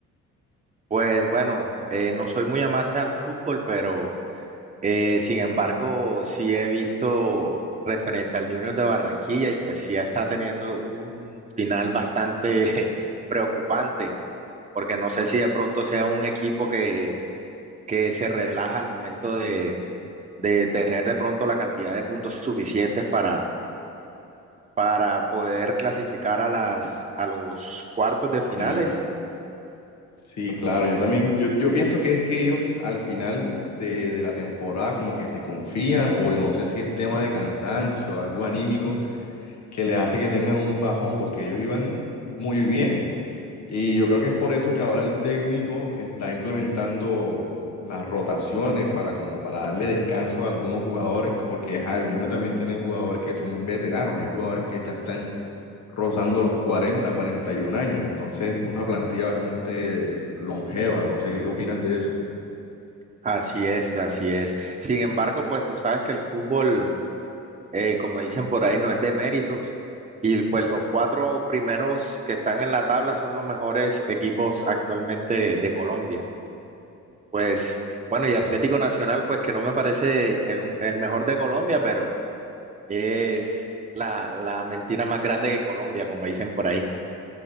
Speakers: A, on the right; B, on the left.
A: Pues bueno, eh, no soy muy amante al fútbol, pero eh, sin embargo sí he visto referente al Junior de Barranquilla y pues sí está teniendo un final bastante <laughs> preocupante, porque no sé si de pronto sea un equipo que, que se relaja al momento de, de tener de pronto la cantidad de puntos suficientes para, para poder clasificar a las, a los cuartos
B: Sí,
A: de finales.
B: sí, claro, yo también, yo, yo pienso que es que ellos al final de, de la temporada como que se confían o no sé si es tema de cansancio, algo anímico que les hace que tengan un bajón, porque ellos iban muy bien. Y yo creo que es por eso que ahora el técnico está implementando las rotaciones para como para darle descanso a algunos jugadores, porque ajá, el Junior también tiene jugadores que son veteranos, hay jugadores que ya están rozando los cuarenta cuarenta y un años, entonces es una plantilla bastante longeva, no sé qué opinas de eso.
A: Así es, así es. Sin embargo, pues tú sabes que el fútbol, eh, como dicen por ahí, no es de méritos. Y pues los cuatro primeros que están en la tabla son los mejores equipos actualmente de Colombia. Pues bueno, y Atlético Nacional, pues que no me parece el, el mejor de Colombia, pero es la, la mentira más grande que Colombia, como dicen por ahí.